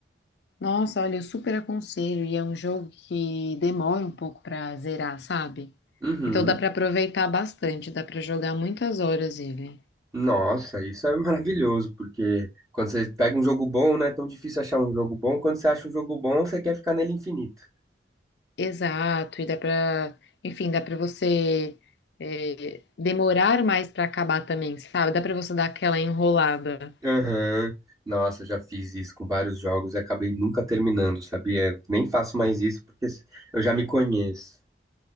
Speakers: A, on the left (about 70°); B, on the right (about 20°).
A: Nossa, olha, eu super aconselho. E é um jogo que demora um pouco pra zerar, sabe?
B: Uhum.
A: Então dá pra aproveitar bastante, dá pra jogar muitas horas ele.
B: Nossa, isso é maravilhoso, porque quando você pega um jogo bom, não é tão difícil achar um jogo bom. Quando você acha um jogo bom, você quer ficar nele infinito.
A: Exato, e dá pra, enfim, dá pra você é, demorar mais pra acabar também, sabe? Dá pra você dar aquela enrolada.
B: Aham. Nossa, já fiz isso com vários jogos e acabei nunca terminando, sabia? Nem faço mais isso porque eu já me conheço.